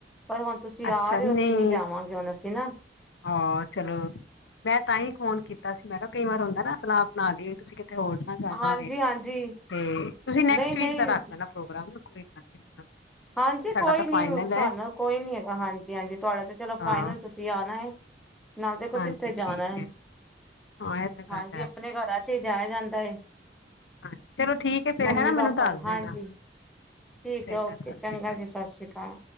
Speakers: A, in the centre; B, on the left.
A: ਪਰ ਹੁਨ ਤੁਸੀਂ
B: ਅੱਛਾ
A: ਆ ਰਏ
B: ਨਹੀਂ
A: ਓ ਅਸੀਂ ਨੀ ਜਾਵਾਂਗੇ ਹੁਨ ਅਸੀਂ ਨਾ
B: ਹਾਂ ਚਲੋ ਮੈਂ ਤਾਂਈ ਫ਼ੋਨ ਕੀਤਾ ਸੀ ਮੈਂ ਕਿਆ ਕਈ ਵਾਰ ਹੁੰਦਾ ਨਾ ਸਲਾਅ ਬਨਾ ਲੀਏ ਤੁਸੀਂ ਕਿਤੇ ਹੋਰ ਜਾਣਾ
A: ਹਾਂਜੀ
B: ਹੋਏ,
A: ਹਾਂਜੀ
B: ਤੇ ਤੁਸੀਂ ਨੈਕਸਟ
A: ਨਹੀਂ ਨਹੀਂ
B: ਵੀਕ ਦਾ ਰੱਖ ਲੈਨਾ ਪ੍ਰੋਗਰਾਮ <unintelligible>
A: ਹਾਂਜੀ
B: ਸਾਡਾ
A: ਕੋਈ
B: ਤਾਂ
A: ਨੀ
B: ਫਾਈਨਲ
A: ਸਾਨੂੰ
B: ਹੈ
A: ਕੋਈ ਨੀ ਹੈਗਾ ਹਾਂਜੀ-ਹਾਂਜੀ ਤੁਆਡਾ ਤੇ ਚਲੋ
B: ਹਾਂ
A: ਫਾਈਨਲ ਤੁਸੀਂ ਆਨਾ ਏ। ਨਾਲ ਦੇਖੋ
B: ਹਾਂਜੀ
A: ਕਿੱਥੇ ਜਾਨਾ
B: ਠੀਕ
A: ਐ,
B: ਹੈ ਹਾਂ ਇਹ ਤਾਂ ਗੱਲ
A: ਹਾਂਜੀ
B: ਹੈ
A: ਆਪਨੇ ਘਰਾਂ ਚ ਈ ਜਾਇਆ ਜਾਂਦਾ ਏ।
B: ਹਾਂਜੀ ਚਲੋ ਠੀਕ ਹੈ ਫੇਰ
A: ਮੰਮੀ
B: ਹੈਨਾ ਮੈਨੂੰ
A: ਪਾਪਾ
B: ਦੱਸ
A: ਵੀ,
B: ਦੇਣਾ
A: ਹਾਂਜੀ। ਠੀਕ
B: ਚੰਗਾ
A: ਐ ਓਕੇ
B: ਸਤਿ
A: ਚੰਗਾ
B: ਸ਼੍ਰੀ ਅਕਾਲ
A: ਜੀ ਸਸ ਰੀ ਕਾਲ।